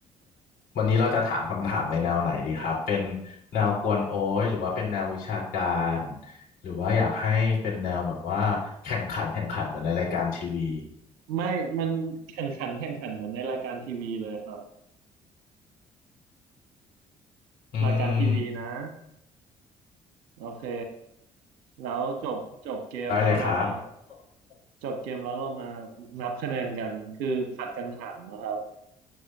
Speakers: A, on the left (about 55°); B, on the right (about 65°).
A: วันนี้เราจะถามคำถามในแนวไหนดีครับเป็นแนวกวนโอ้ยหรือว่าเป็นแนววิชาการหรือว่าอยากให้เป็นแนวแบบว่าแข่งขันแข่งขันเหมือนในรายการทีวี
B: ไม่มันแข่งขันแข่งขันเหมือนในรายการทีวีเลยครับ
A: อื
B: รายการทีวีนะ
A: ม
B: โอเคแล้วจบจบเกมแล้วเรามา
A: ได้เลยครับบ
B: จบเกมแล้วเรามานับคะแนนกันคือผัดกันถามนะครับ